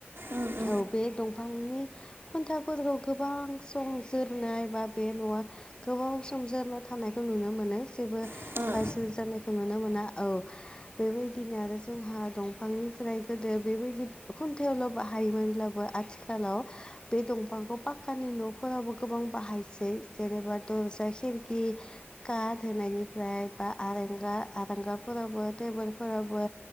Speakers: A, on the right (about 65°); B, on the left (about 20°).
A: उम उम
B: औ बे दं फांनि खुन्थाफोरखौ गोबां सम जोरनाय बा बे न'आ गोबाव सम जोरना थानायखौ नुनो मोनो जेबो
A: अ
B: गाजै जानायखौ नुनो मोना औ बेबायदिनो आरो जोंहा दंफांनिफ्राय गोदो बेबायदि खुन्थायावल' बाहायोमोनब्लाबो आथिखाल खालाव बे दंफांखौ पाक्कानि न'फोरावबो गोबां बाहाय सै जेनेबा दरजा खिरखि काद होनायनिफ्राय बा आरेंगा आरेंगाफोरावबो टेबोलफोरावबो